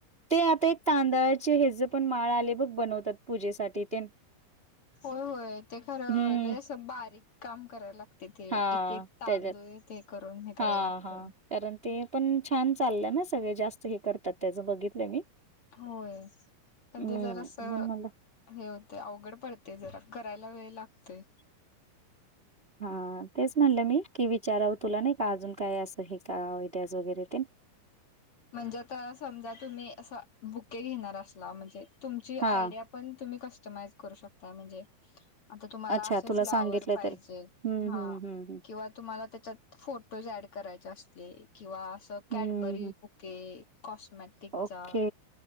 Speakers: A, on the right; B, on the left.
A: ते आता एक तांदळाचे हेज पण माळ आलंय बघ बनवतात पूजेसाठी तेन.
B: होय, होय. ते खरं
A: हम्म
B: लई असं बारीक काम करायला लागते ते
A: हा
B: एक एक तांदूळ
A: त्याच्यात
B: ते करून हे करायला
A: हा,
B: लागतय
A: हा. कारण ते पण छान चाललंय ना सगळे जास्त हे करतात त्याच बघितलंय मी.
B: होय, पण
A: हम्म
B: ते जरासं
A: म्हणून म्हणलं
B: हे होतंय अवघड पडते जरा करायला वेळ लागतोय.
A: हां तेच म्हटलं मी की विचारावं तुला नाही का अजून काय असं आहे का आयडियाज वगैरे तेन.
B: म्हणजे आता समजा तुम्ही असा बुके घेणार असला म्हणजे तुमची आयडिया
A: हा
B: पण तुम्ही कस्टमाइज करू शकता म्हणजे आता तुम्हाला
A: अच्छा
B: असे
A: तुला
B: फ्लॉवर
A: सांगितलं
B: पाहिजे,
A: तर हम्म
B: हा
A: हम्म हम्म
B: किंवा तुम्हाला त्याच्यात फोटोज ॲड करायचे असते किंवा असं कॅडबरी
A: हम्म हम्म हम्म
B: बुके कॉस्मेट टिकचा
A: ओके